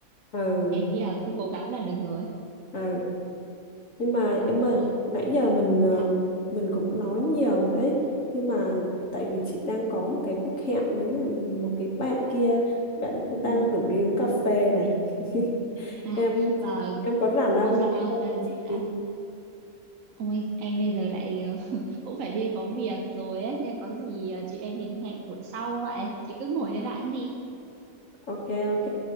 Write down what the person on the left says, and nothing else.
ừ
ừ. nhưng mà em ơi
nãy giờ mình ờ,
mình cũng nói nhiều đấy nhưng mà tại vì chị đang có một cái cuộc hẹn với là một cái bạn kia bạn đang
rủ đi uống cà phê này <laughs>
em
em có rảnh không
đi cà
phê
với chị
ok ok